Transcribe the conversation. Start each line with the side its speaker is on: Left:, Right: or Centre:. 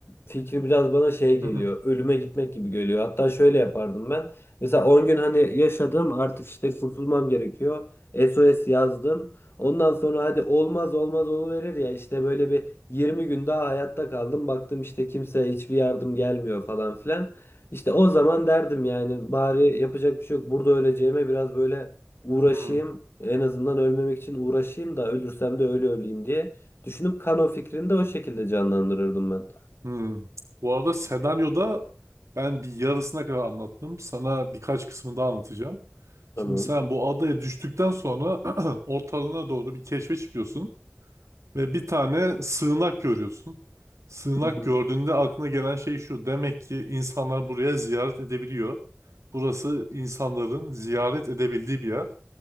Left: fikri biraz bana şey
Right: Hı
Left: geliyor.
Right: hı.
Left: Ölüme gitmek gibi geliyor. Hatta şöyle yapardım ben. Mesela 10 gün hani yaşadım artık işte kurtulmam gerekiyor. SOS yazdım. Ondan sonra hadi olmaz olmaz oluverir ya işte böyle bir 20 gün daha hayatta kaldım. Baktım işte kimseye hiçbir yardım gelmiyor falan filan. İşte o zaman derdim yani bari yapacak bir şey yok. Burada öleceğime biraz böyle uğraşayım.
Right: Hmm.
Left: En azından ölmemek için uğraşayım da ölürsem de öyle öleyim diye. Düşünüp Kano fikrini de o şekilde canlandırırdım ben.
Right: Hmm. Bu arada senaryoda ben bir yarısına kadar anlattım. Sana birkaç kısmını daha anlatacağım.
Left: Tamam.
Right: Şimdi sen bu adaya düştükten sonra <clears throat> ortalığına doğru bir keşfe çıkıyorsun. Ve bir tane sığınak görüyorsun. Sığınak
Left: Hı hı.
Right: gördüğünde aklına gelen şey şu. Demek ki insanlar buraya ziyaret edebiliyor. Burası insanların ziyaret edebildiği bir yer.